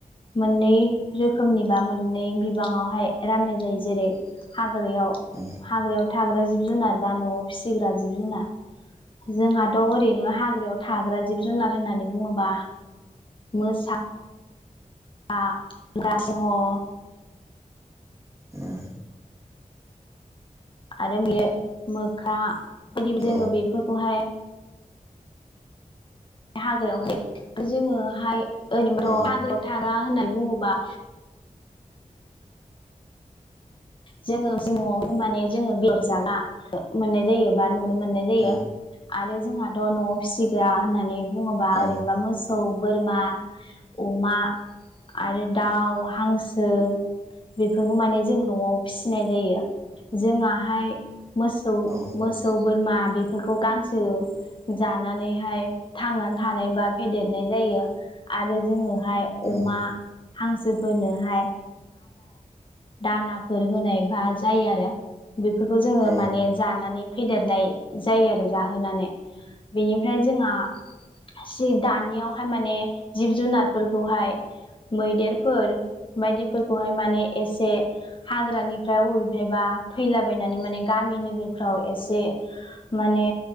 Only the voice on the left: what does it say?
मोननै रोखोमनि बा मोननै बिबाङावहाय राननाय जायो जेरै हा ग्रायाव
हाग्रायाव थाग्रा जिब जुनार बा न'आव फिसिग्रा जिब जुनार जोंहाथ' ओरैनो हाग्रायाव थाग्रा जिब जुनार होननानै बुङोबा मोसा <unintelligible>
आरो बे मोख्रा बिदि
जोङो बेफोरखौहाय हाग्रायावहाय जोङोहाय ओरैबथ'
हाग्रायाव थागा होननानै बुङोबा जोङो ज माने जोङो बेदर जागा मोननाय जायोबा नुनो मोननाय जायो
आरो जोंहाथ' न'आव फिसिग्रा होननानै बुङोबा
ओरैनोबा मो थौ बोरमा अमा आरो दाउ हांसो बेफोरखौ माने जों न'आव फिसिनाय जायो जोंनाहाय मोसौ
मोसौ बोरमा बेफोरखौ गांसो जानानैहाय थांनानै थानाय बा फेदेरनाय जायो आरो जोङो अमा
हांसोफोरनोहाय दाना फोर होनाय बा जायो आरो बेफोरखौ जोङो
माने जानानै फेदेरनाय जायो आरो जाहोनानै। बेनिफ्राय जोंहा जि दानियावहाय माने जिब जुनारफोरखौहाय मैदेरफोर बायदिफोरखौहाय माने एसे हाग्रानिफ्राय अबेहबा फैलाबायनानै माने गामि नोगोरफ्राव एसे माने